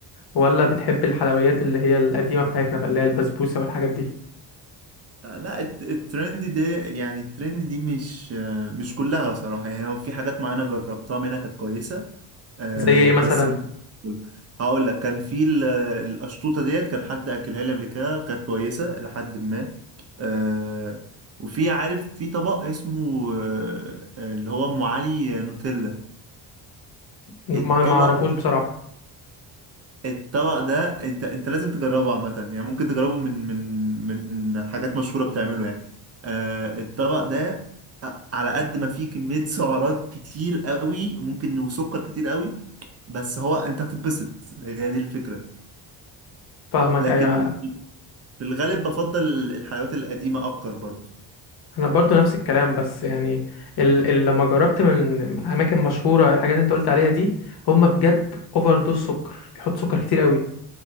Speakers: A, on the left (about 60°); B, on the right (about 35°).
A: ولا بتحب الحلويات اللي هي القديمه بتاعتنا بقى اللي هي البسبوسه والحاجات دي
B: آه، لا الت- الترند دي يعني الترند دي مش آه، مش كلها صراحة يعني هو في حاجات معينة جربتها منها كانت كويسة آه،
A: زي ايه
B: بس
A: مثلا
B: مش كل- هقول لك كان في ال- القشطوطة ديت كان حد أكلها لي قبل كده كانت كويسة إلى حد ما آه، وفي عارف في طبق اسمه آه، اللي هو أم علي نوتيلا
A: ما
B: الطبق
A: ما اعرفوش بصراحه
B: الطبق ده انت انت لازم تجربه عامة يعني ممكن تجربه من من من حاجات مشهورة بتعمله يعني آه الطبق ده على قد ما فيه كمية سعرات كتير قوي ممكن وسكر كتير قوي بس هو انت هتتبسط هي دي الفكرة
A: فاهمك
B: لكن
A: ايوه
B: في الغالب بفضل الحلويات القديمة اكتر برضو
A: انا برضو نفس الكلام بس يعني ال ال لما جربت من اماكن مشهوره الحاجات اللي انت قلت عليها دي هم بجد اوفر دوز سكر بيحط سكر كتير قوي